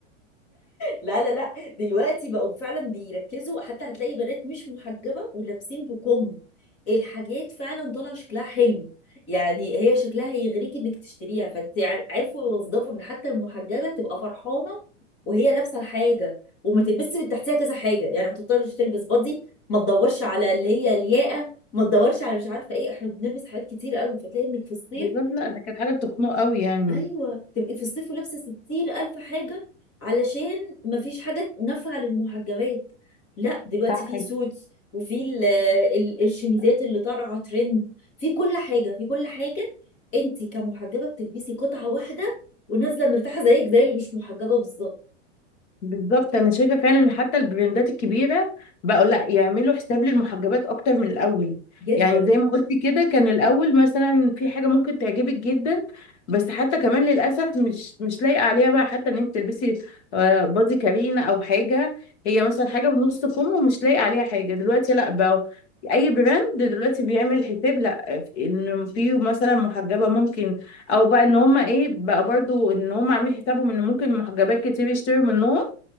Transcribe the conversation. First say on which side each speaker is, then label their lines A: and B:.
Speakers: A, on the left; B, on the left.
A: لا لا لا دلوقتي بقوا فعلا بيركزوا حتى هتلاقي بنات مش محجبة ولابسين بكم الحاجات فعلا طالعة شكلها حلو يعني هي شكلها هيغريك انك تشتريها فانت عر- عرفوا يوظفوا ان حتى المحجبة تبقى فرحانة وهي لابسة الحاجة وما تلبسش من تحتها كذا حاجة يعني ما تضطرش تلبس بادي ما تدورش على اللي هي الياقة ما تدورش على مش عارفة ايه احنا بنلبس حاجات كتير قوي فتلاقي انك في الصيف
B: بالظبط لا ده كانت حاجه بتخنق قوي يعني
A: ايوه تبقي في الصيف لابسه 60 الف حاجه علشان مفيش حاجه نافعه للمحجبات لا دلوقتي
B: صح
A: في سوتس وفي ال- ال- الشميزات اللي طالعه ترند في كل حاجه في كل حاجه انت كمحجبه بتلبسي قطعه واحده ونازله مرتاحه زيك زي اللي مش محجبه بالظبط
B: بالظبط انا شايفه فعلا ان حتى البراندات الكبيره بقوا لا يعملوا حساب للمحجبات اكتر من الاول
A: جدا
B: يعني زي ما قلتي كده كان الاول مثلا في حاجه ممكن تعجبك جدا بس حتى كمان للاسف مش مش لايقه عليها بقى حتى ان انت تلبسي آه، بادي كارينا او حاجه هي مثلا حاجه بنص كم ومش لايقه عليها حاجه دلوقتي لا بقى اي براند دلوقتي بيعمل حساب لا ان في مثلا محجبه ممكن او بقى ان هما ايه بقى برضو ان هما عاملين حسابهم ان ممكن محجبات كتير يشتروا منهم